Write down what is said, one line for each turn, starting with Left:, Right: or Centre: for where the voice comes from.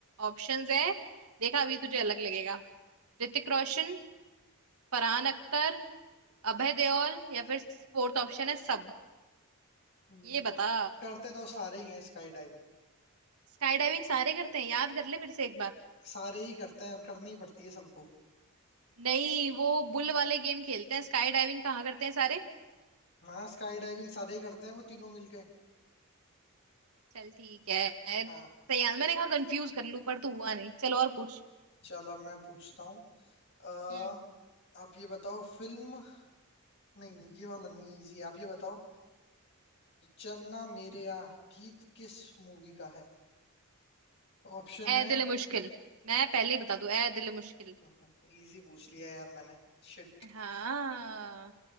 Right: ऑप्शंस है देखा अभी तुझे अलग लगेगा ऋतिक रोशन फरहान अख्तर अभय देओल या फिर फोर्थ ऑप्शन है सब
Left: हम्म,
Right: ये बता
Left: करते तो सारे ही हैं स्काई डाइविंग
Right: स्काई डाइविंग सारे करते हैं याद कर ले फिर से एक बार
Left: सारे ही करते हैं और करनी पड़ती है सबको
Right: नहीं वो बुल वाले गेम खेलते हैं स्काई डाइविंग कहाँ करते हैं सारे
Left: हाँ स्काई डाइविंग सारे ही करते हैं वो तीनों मिलके
Right: चल ठीक है
Left: हाँ
Right: तैयार मैंने कहा कंफ्यूज कर लूं पर तू हुआ नहीं चलो और पूछ
Left: चलो अब मैं पूछता हूँ अह,
Right: हम्म
Left: आप ये बताओ फिल्म नहीं नहीं ये वाला नहीं इजी आप ये बताओ चन्ना मेरेया गीत किस मूवी का है ऑप्शन है
Right: ए दिल मुश्किल मैं पहले ही बता दूं ए दिल मुश्किल
Left: <laughs> इजी पूछ लिया यार मैंने शिट
Right: हाँ